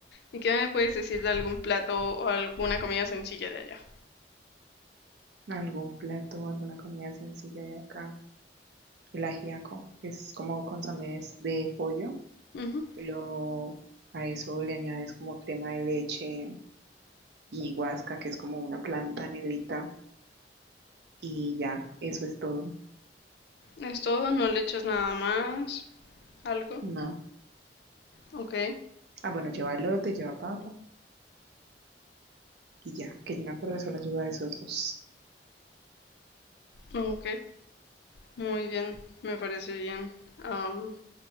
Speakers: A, on the left; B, on the right.
A: ¿Y qué me puedes decir de algún plato o alguna comida sencilla de allá?
B: Algún plato, alguna comida sencilla de acá. El ajiaco es como consomés de pollo,
A: Ujú.
B: pero a eso le añades como crema de leche y guasca, que es como una planta negrita, y ya, eso es todo.
A: Es todo, no le echas nada más, algo.
B: No.
A: Ok,
B: Ah, bueno, lleva elote, lleva papa, y ya, que yo me acuerdo solo lleva esos dos.
A: ok, muy bien, me parece bien. Am,